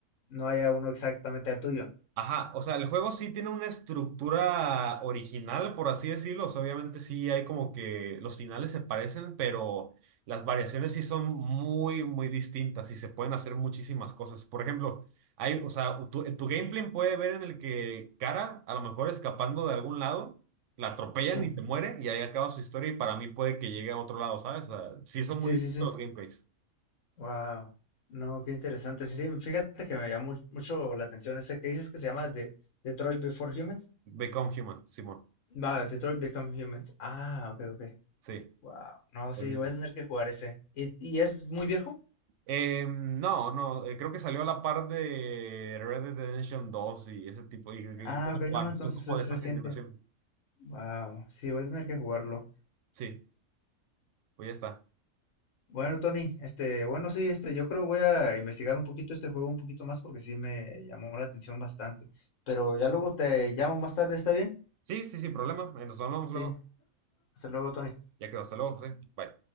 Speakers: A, on the left (about 70°); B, on the right (about 70°).
A: no haya uno exactamente al tuyo.
B: Ajá, o sea, el juego sí tiene una estructura original, por así decirlo. O sea, obviamente sí hay como que los finales se parecen, pero las variaciones sí son muy, muy distintas y se pueden hacer muchísimas cosas. Por ejemplo, hay, o sea, tu, tu gameplay puede ver en el que Cara, a lo mejor escapando de algún lado, la atropellan
A: Sí,
B: y te muere y ahí acaba su historia y para mí puede que llegue a otro lado, ¿sabes? O sea, sí son muy
A: sí,
B: distintos
A: sí, sí.
B: los gameplays.
A: Wow, no, qué interesante. Sí, fíjate que me llamó mucho la atención ese que dices que se llama De- Detroit Before Humans.
B: Become Human, Simón.
A: Va, Detroit Become Humans. Ah, ok, ok.
B: Sí,
A: Wow, no, sí,
B: buenísimo.
A: voy a tener que jugar ese. ¿Y, y es muy viejo?
B: Eh, no, no, eh, creo que salió a la par de Red Dead Redemption dos y ese tipo, y, y- y
A: Ah,
B: God
A: ok,
B: of War,
A: no, entonces
B: son como
A: es
B: de esa
A: reciente.
B: generación.
A: Wow, sí, voy a tener que jugarlo.
B: Sí, pues ya está.
A: Bueno, Tony, este, bueno, sí, este, yo creo voy a investigar un poquito este juego un poquito más porque sí me llamó la atención bastante. Pero ya luego te llamo más tarde, ¿está bien?
B: Sí, sí, sin problema. eh, Nos hablamos
A: Sí,
B: luego.
A: hasta luego, Tony.
B: Ya quedó, hasta luego, José. Bye.